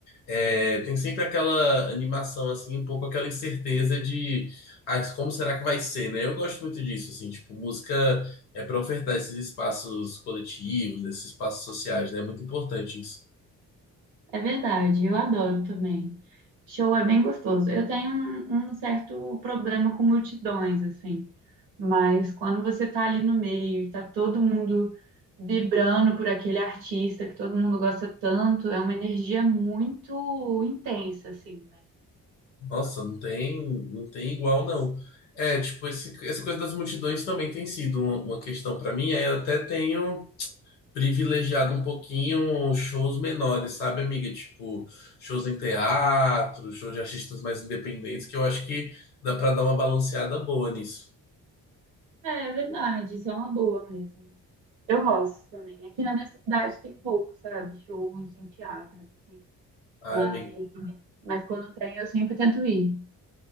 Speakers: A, on the left; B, on the right.
A: É, tem sempre aquela animação, assim, um pouco aquela incerteza de ah, como será que vai ser, né? Eu gosto muito disso, assim, tipo, música é para ofertar esses espaços coletivos, esses espaços sociais, né? É muito importante isso.
B: É verdade, eu adoro também. Show é bem gostoso. Eu tenho um, um certo problema com multidões, assim, mas quando você tá ali no meio e tá todo mundo vibrando por aquele artista que todo mundo gosta tanto, é uma energia muito intensa, assim, né?
A: Nossa, não tem, não tem igual, não. É, tipo, esse, essa coisa das multidões também tem sido uma, uma questão pra mim. Aí eu até tenho privilegiado um pouquinho shows menores, sabe, amiga? Tipo, shows em teatro, shows de artistas mais independentes, que eu acho que dá pra dar uma balanceada boa nisso.
B: É é verdade, isso é uma boa mesmo. Eu gosto também. Aqui na minha cidade tem pouco, sabe? Shows em teatros, assim.
A: Ai,
B: Mas,
A: amiga,
B: mas quando tem, eu sempre tento ir. <laughs>